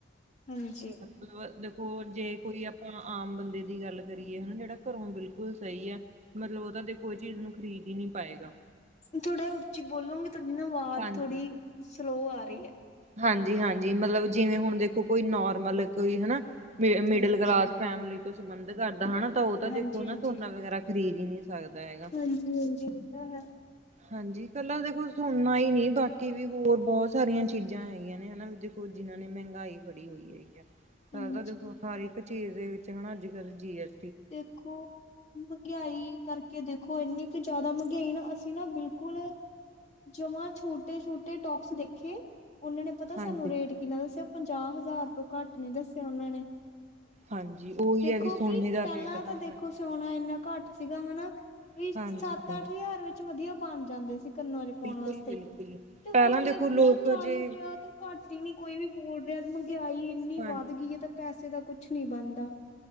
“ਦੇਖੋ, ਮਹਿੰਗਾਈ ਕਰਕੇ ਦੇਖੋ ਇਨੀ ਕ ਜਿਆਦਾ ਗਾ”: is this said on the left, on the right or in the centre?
Left